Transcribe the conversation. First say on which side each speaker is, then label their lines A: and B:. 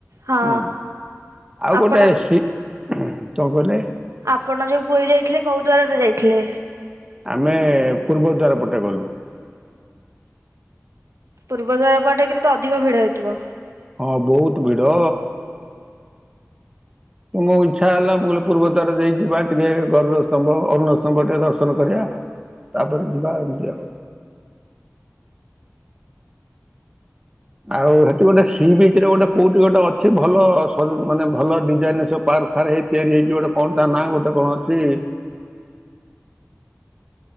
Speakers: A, on the right; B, on the right.
A: ହଁ
B: ହୁଁ, ଆଉ
A: ଆପଣ
B: ଗୋଟେ ସି କଣ କହିଲେ?
A: ଆପଣ ଯୋଉ ପୁରୀ ଯାଇଥିଲେ କୋଉ ଦ୍ଵାରରେ ଯାଇଥିଲେ?
B: ଆମେ ପୂର୍ବଦ୍ୱାର ପଟେ ଗଲୁ।
A: ପୂର୍ବଦ୍ୱାର ପଟେ କିନ୍ତୁ ଅଧିକ ଭିଡ ହେଇଥିବ।
B: ହଁ ବହୁତୁ ଭିଡ। ମୋ ଇଛା ହେଲା ମୁଁ କହିଲି ପୂର୍ବ ଦ୍ୱାର ଦେଇକି ଯିବା, ଟିକେ ଗରୁର ସ୍ତମ୍ଭ ଅରୁଣ ସ୍ତମ୍ଭ ଟିକେ ଦର୍ଶନ କରିବା। ତାପରେ ଯିବା ଏମିତି ଆଉ। ଆଉ ହେଠି ଗୋଟେ ସି ବିଚି ରେ ଗୋଟେ କୋଉଠି ଗୋଟେ ଅଛି ଭଲ ମାନେ ଭଲ ଡିଜାଇନି ସବୁ ପାର୍ ଫାର୍ ହେଇ ତିଆରି ହେଇଚି ଗୋଟେ କଣ ତା ନାଁ, ଗୋଟେ କଣ ଅଛି?